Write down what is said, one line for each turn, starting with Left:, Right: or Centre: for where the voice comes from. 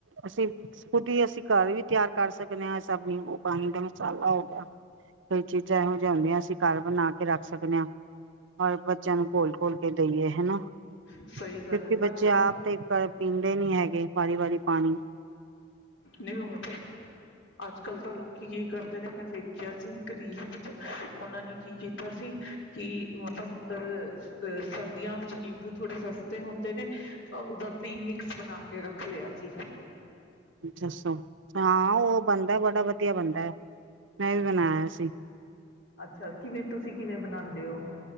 Right: ਅਸੀਂ ਖੁਦ ਹੀ ਅਸੀਂ ਘਰ ਵੀ ਤਿਆਰ ਕਰ ਸਕਦੇ ਹਾਂ ਸ ਪਾਣੀ ਦਾ ਮਸਾਲਾ ਹੋ ਗਿਆ ਕਈ ਚੀਜ਼ਾਂ ਇਹੋ ਜਾਂਉਂਦੇ ਹ ਅਸੀਂ ਘਰ ਬਣਾ ਕੇ ਰੱਖ ਸਕਦੇ ਹਾਂ ਔਰ ਬੱਚਿਆਂ ਨੂੰ ਘੋਲ ਘੋਲ ਕੇ ਦਹੀਏ। ਹਨਾ
Left: ਸਹੀ
Right: ਕਿਉਂਕਿ
Left: ਗੱਲ
Right: ਬੱਚੇ
Left: ਅੱਜ ਕੱਲ
Right: ਆਪ ਤੇ ਕ ਪੀਣ ਨਹੀਂ ਹੈਗੇ ਵਾਰੀ ਵਰੀ ਪਾਣੀ
Left: ਨਹੀਂ ਹੂੰ ਅੱਜ ਕੱਲ ਤਾਂ ਲੋਕੀ ਕੀ ਕਰਦੇ ਨੇ ਮੈਂ ਵੇਖਿਆ ਸੀ ਇਕ ਰੀਲ ਵਿੱਚ ਉਹਨਾਂ ਨੇ ਕੀ ਕੀਤਾ ਸੀ ਕਿ ਮਤਲਬ ਅਹ ਸਰਦੀਆਂ ਵਿੱਚ ਨਿੰਬੂ ਥੋੜੇ ਸਸਤੇ ਹੁੰਦੇ ਨੇ ਤਾਂ ਉਹਦਾ ਪੀ ਮਿਕਸ ਬਣਾ ਕੇ ਰੱਖ ਲਿਆ ਸੀ।
Right: ਦੱਸੋ ਹਾਂ ਉਹ ਬਣਦਾ ਬੜਾ ਵਧੀਆ ਬਣਦਾ ਐ। ਫੇਰ ਬਣਾਇਆ ਸੀ।
Left: ਅੱਛਾ ਕਿਵੇਂ ਤੁਸੀਂ ਕਿਵੇਂ ਬਣਾਉਂਦੇ ਹੋ